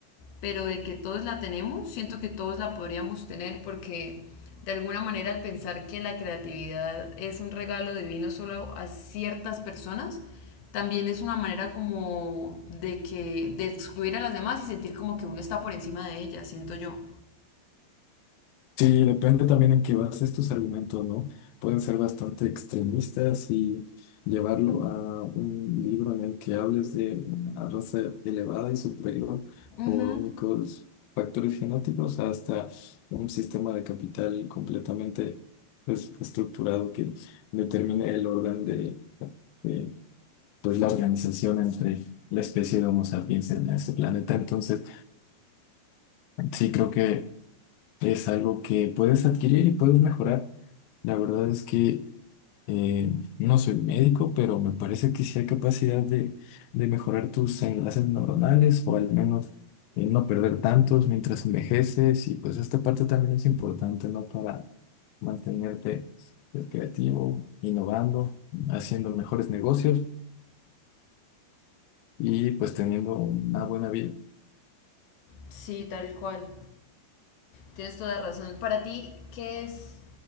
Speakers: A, on the left (about 65°); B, on the left (about 85°).
A: pero de que todos la tenemos, siento que todos la podríamos tener porque de alguna manera al pensar que la creatividad es un regalo divino solo a ciertas personas, también es una manera como de que de excluir a las demás y sentir como que uno está por encima de ellas, siento yo.
B: Sí, depende también en qué bases tus argumentos, ¿no? Pueden ser bastante extremistas y llevarlo a un libro en el que hables de una raza elevada y superior
A: Ujú,
B: por únicos factores genéticos hasta un sistema de capital completamente pues, estructurado que determine el orden de, de, pues, la organización entre la especie de Homo sapiens en este planeta. Entonces, sí creo que es algo que puedes adquirir y puedes mejorar. La verdad es que eh, no soy médico, pero me parece que sí hay capacidad de, de mejorar tus enlaces neuronales o al menos eh, no perder tantos mientras envejeces. Y pues esta parte también es importante, ¿no? Para mantenerte pues, creativo, innovando, haciendo mejores negocios y pues teniendo una buena vida.
A: Sí, tal cual. Tienes toda razón. Para ti, ¿qué es